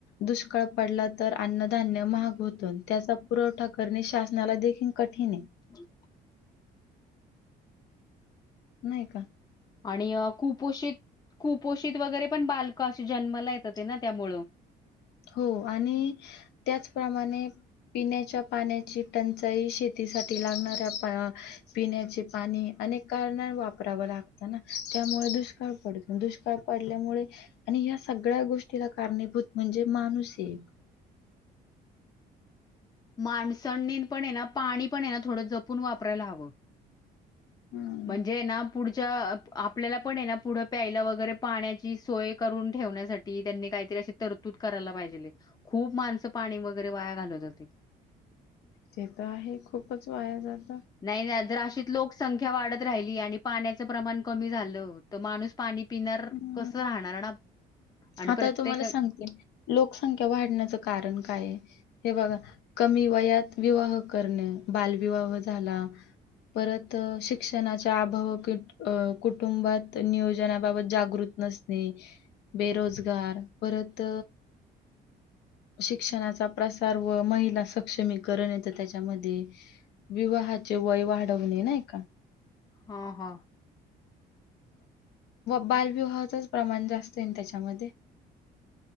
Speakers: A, on the left; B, on the left.
A: दुष्काळ पडला तर अन्नधान्य महाग होत त्याचा पुरवठा करणे श ासनाला देखील कठीण आहे
B: हम्
A: नाही का
B: आणि कुपोषित कुपोषित वगैरे पण बालक अशी जन्मला येत होते ना त्यामुळ
A: हो आणि त्याचप्रमाणे पिण्याच्या पाण्याची टंचाई शेतीसाठी लागणाऱ्या पिण्याचे पाणी अनेक कारण वापरावं लागतं ना त्यामुळे दुष्काळ पडतो दुष्काळ पडल्यामुळे आणि ह्या सगळ्या गोष्टीला कारणीभूत म्हणजे माणूस एक
B: माणसणने पण ना पाणी पण ना थोडं जपून वापरायला हवं
A: हम्म
B: म्हणजे ना पुढच्या आपल्याला पण ना पुढं प्यायला वगैरे पाण्याची सोय करून ठेवण्यासाठी त्यांनी काहीतरी अशी तरतूद करायला पाहिजे खूप माणसं पाणी वगैरे वाया घालत होते
A: ते तर आहे खूपच वाया जात
B: नाही नाही दर अशीित लोकसंख वाढत राहिली आणि पाण्याचं प्रमाण कमी झालं तर माणू पाणी स्पिनर
A: हम्म
B: कसं राहणार ना आणि
A: आता
B: प्रत्येक
A: तुम्हाला सांगते लोकसंख्या वाढण्याचं कारण काय आहे हे बघा कमी वयात विवाह करणे बालविवाह झाला परत शिक्षणाच्या अभव कुटुंबात नियोजनाबाबत जागृत नसणे बेरोजगार परत शिक्षणाचा प्रसार व महिला सक्षमीकरण येत त्याच्यामध्ये विवाहाचे वय वाढवणे नाही का
B: हा हा
A: बालविवाहाचच प्रमाण जास्त त्याच्यामध्ये